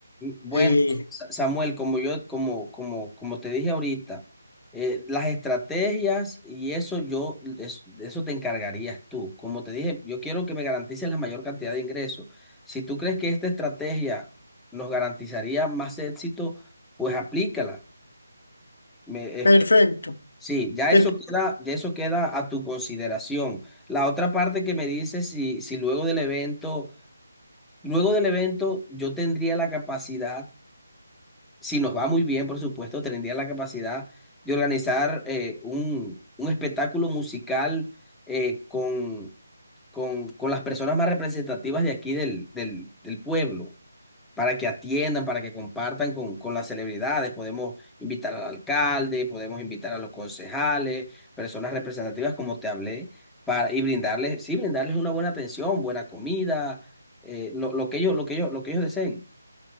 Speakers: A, in the centre; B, on the left.
A: Bueno,
B: Eh,
A: Sa- Samuel, como yo, como, como, como te dije ahorita, eh, las estrategias y eso yo, de eso, de eso te encargarías tú. Como te dije, yo quiero que me garantices la mayor cantidad de ingresos. Si tú crees que esta estrategia nos garantizaría más éxito, pues aplícala. Me, este,
B: perfecto,
A: sí, ya
B: Te-
A: eso queda, ya eso queda a tu consideración. La otra parte que me dices si, si luego del evento, luego del evento yo tendría la capacidad si nos va muy bien, por supuesto, tendría la capacidad de organizar eh, un, un espectáculo musical eh, con, con, con las personas más representativas de aquí del, del, del pueblo, para que atiendan, para que compartan con, con las celebridades. Podemos invitar al alcalde, podemos invitar a los concejales, personas representativas, como te hablé, para, y brindarles, sí, brindarles una buena atención, buena comida, eh, lo, lo que ellos, lo que ellos, lo que ellos deseen.